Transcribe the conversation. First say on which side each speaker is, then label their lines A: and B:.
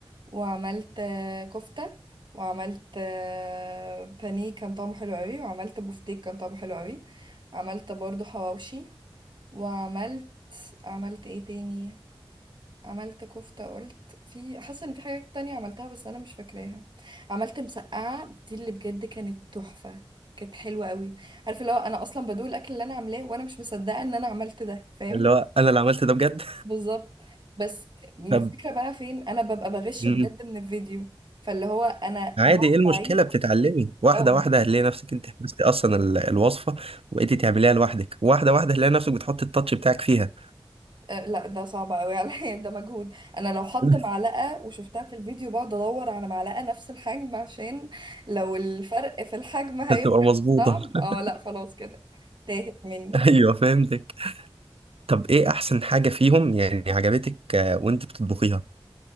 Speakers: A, on the right (about 55°); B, on the right (about 80°).
A: وعملت آه، كفتة وعملت آه، بانيه كان طعمه حلو قوي وعملت بوفتيك كان طعمه حلو قوي عملت برضو حواوشي وعملت عملت ايه تاني عملت كفتة قلت في حاسة ان في حاجات تانية عملتها بس انا مش فاكراها عملت مسقعة دي اللي بجد كانت تحفة كانت حلوة قوي عارفه اللي هو انا اصلا بدوق الاكل اللي انا عاملاه وانا مش مصدقة ان انا عملت ده فاهم
B: اللي هو انا اللي عملت ده بجد
A: بالظبط بس
B: <laughs>
A: الفكرة
B: طب
A: بقى فين انا ببقى بغش
B: امم
A: بجد من الفيديو فاللي هو انا
B: عادي
A: بقعد
B: ايه المشكله
A: اعيد
B: بتتعلمي واحده
A: اه
B: واحده هتلاقي نفسك انت حفظتي اصلا ال- الوصفه وبقيتي تعمليها لوحدك واحده واحده هتلاقي نفسك بتحطي التاتش بتاعك فيها
A: آه، لا ده صعب قوي <laughs> عليا ده مجهود انا لو حط
B: <laughs>
A: معلقة وشفتها في الفيديو بقعد ادور على معلقة نفس الحجم عشان لو الفرق في الحجم هيفرق
B: عشان تبقى مظبوطه
A: في الطعم
B: <laughs>
A: اه لا خلاص كده تاهت مني
B: ايوه فهمتك طب ايه احسن حاجه فيهم يعني عجبتك آه، وانت بتطبخيها